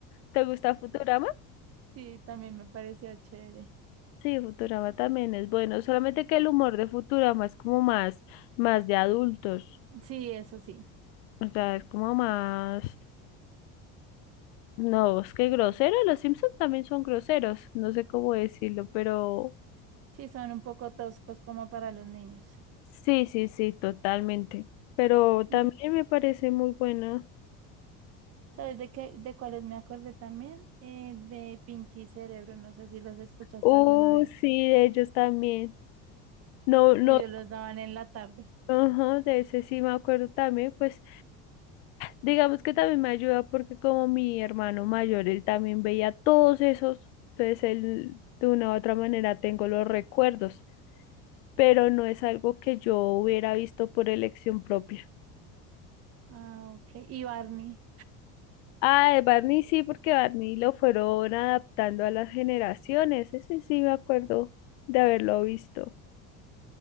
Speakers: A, on the left; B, on the right.
A: ¿Te gusta Futurama?
B: Sí, también me parecía chévere.
A: Sí, Futurama también es bueno, solamente que el humor de Futurama es como más, más de adultos.
B: Sí, eso sí.
A: O sea, es como más No, es que grosero, los Simpsons también son groseros, no sé cómo decirlo, pero
B: Sí, son un poco toscos como para los niños.
A: sí, sí, sí, totalmente. Pero también
B: Mis-
A: me parece muy bueno.
B: ¿Sabes de qué, de cuáles me acordé también? Eh, de Pinky Cerebro. No sé si los escuchaste
A: Uh,
B: alguna vez.
A: sí, de ellos también. No, no,
B: Ellos los daban en la tarde.
A: ajá, de ese sí me acuerdo también, pues digamos que también me ayuda porque como mi hermano mayor, él también veía todos esos, entonces él de una u otra manera tengo los recuerdos, pero no es algo que yo hubiera visto por elección propia.
B: Ah, ok. Y Barney,
A: Ah, de Barney sí, porque Barney lo fueron adaptando a las generaciones. Ese sí me acuerdo de haberlo visto.